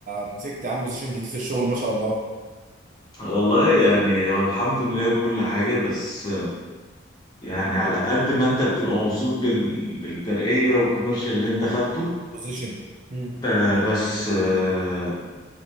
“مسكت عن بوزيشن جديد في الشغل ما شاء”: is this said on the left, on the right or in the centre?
Right